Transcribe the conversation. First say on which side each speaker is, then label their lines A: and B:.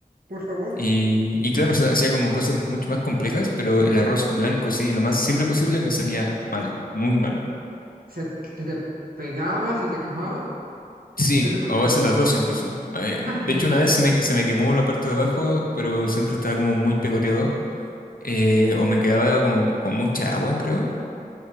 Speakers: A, on the right; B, on the left.
A: Por favor.
B: Y, y claro, o sea, hacía como cosas mucho más complejas, pero el arroz blanco, sí, lo más simple posible me salía mal, muy mal.
A: ¿Se te, te pegaba, se te quemaba?
B: Sí,
A: ¿Qué le pasaba?
B: a veces las dos incluso. Eh,
A: <laughs> ¿En
B: De
A: serio?
B: hecho, una vez se me, se me quemó la parte de abajo, pero el centro estaba como muy pegoteado, eh, o me quedaba como con mucha agua, creo.